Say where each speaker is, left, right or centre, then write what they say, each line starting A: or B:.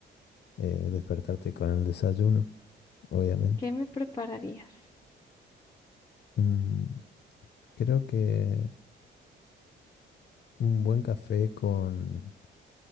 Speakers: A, on the left; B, on the left.
A: eh, despertarte con el desayuno, obviamente.
B: ¿Qué me prepararías?
A: Mm, creo que un buen café con,